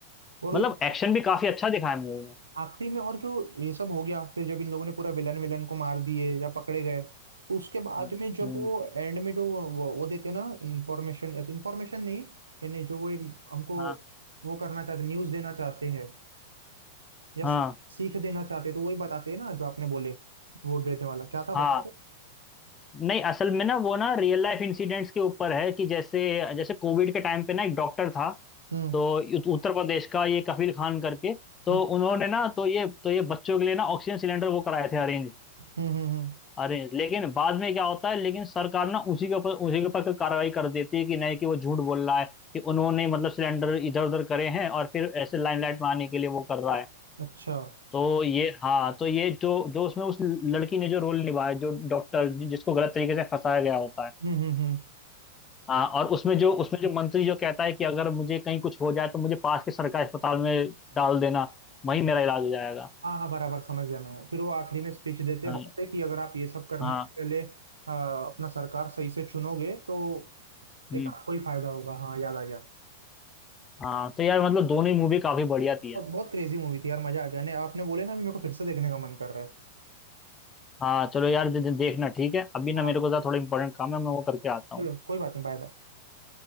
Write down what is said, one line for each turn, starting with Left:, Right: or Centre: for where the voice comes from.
Right: और
Left: मतलब
Right: वो जो
Left: एक्शन भी काफी अच्छा दिखाया मूवी में
Right: आखिरी में और जो ये सब हो गया फिर जब इन लोगों ने पूरा विलन विलन को मार दिए या पकड़े गए तो उसके बाद
Left: हाँ,
Right: में जब
Left: हम्म
Right: वो एंड में जो वो वो, वो देते ना इंफॉर्मेशन इंफॉर्मेशन नहीं यानी जो वो एक हमको
Left: हाँ
Right: वो करना चाहते न्यूज़ देना चाहते हैं या
Left: हाँ
Right: सी- सीख देना चाहते हैं, तो वही बताते हैं ना जो आपने बोले वोट देने वाला क्या था बताओ
Left: हाँ
Right: तो?
Left: नहीं असल में ना वो ना रियल लाइफ इंसिडेंट्स के ऊपर है कि जैसे जैसे कोविड के टाइम पे ना एक डॉक्टर था
Right: हम्म
Left: तो उत- उत्तर प्रदेश का ये कफील खान करके तो
Right: हम्म
Left: उन्होंने ना तो ये तो ये बच्चों के लिए ना ऑक्सीजन सिलेंडर वो कराए थे अरेंज
Right: हम्म हम्म हम्म,
Left: अरेंज लेकिन बाद में क्या होता है लेकिन सरकार ना उसी के ऊपर उसी के ऊपर कोई कार्रवाई कर देती है कि नहीं कि वो झूठ बोल रहा है कि उन्होंने मतलब सिलेंडर इधर उधर करे हैं और फिर ऐसे लाइमलाइट में आने के लिए वो कर रहा है
Right: अच्छा हम्म
Left: तो ये हाँ तो ये जो जो उसमें उस लड़की ने जो रोल निभाया जो डॉक्टर जिसको गलत तरीके से फंसाया गया होता है
Right: हम्म हम्म
Left: हाँ और उसमें जो उसमें जो मंत्री जो कहता है कि अगर मुझे कहीं कुछ हो जाए तो मुझे पास के सरकारी अस्पताल में डाल देना वहीं मेरा इलाज हो जाएगा
Right: हाँ हाँ बराबर समझ गया मैं फिर वो आखिरी में स्पीच देते हैं
Left: हाँ
Right: बताते हैं कि अगर आप ये सब करने
Left: हाँ
Right: से पहले आ, अपना सरकार सही से चुनोगे तो
Left: हम्म,
Right: एक आपको ही फायदा होगा हाँ याद आ गया
Left: हाँ तो यार मतलब दोनों ही मूवी काफी बढ़िया थी
Right: और
Left: यार
Right: बहुत क्रेजी मूवी थी यार मजा आ गया ने आपने बोले ना अभी मेरे को फिर से देखने का मन कर रहा है
Left: हाँ चलो यार दे, दे- देखना ठीक है अभी ना
Right: हाँ
Left: मेरे को जरा थोड़ा इंपॉर्टेंट काम है मैं वो करके आता
Right: चलो कोई बात नहीं बाय बाय